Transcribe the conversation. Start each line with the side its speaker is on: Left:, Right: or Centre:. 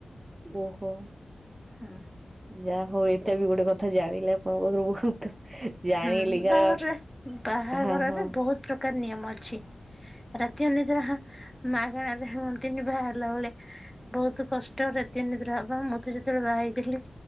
Right: ଓହୋ!
Centre: ହୁଁ
Right: ଯା ହଉ ଏଇଟା ବି ଗୋଟେ କ ଥା ଜାଣିଲେ ଆପଣ ପାଖରୁ <inaudible> ଜାଣିଲି
Centre: ହୁଁ,
Right: କାରଣ
Centre: ବାହାଘରରେ ବାହାଘରରେ
Right: ହଁ ହଁ।
Centre: ବହୁତ ପ୍ରକାର ନିୟମ ଅଛି। ରାତି ଅନିଦ୍ରା ମାଗଣାରେରେ ହନ୍ତିନି ବାହାହେଲା ବେଳେ। ବହୁତ କଷ୍ଟ ରାତି ଅନିଦ୍ରା ହବା ମୁଁ ତ ଯେତେବେଳେ ବାହା ହେଇଥିଲି।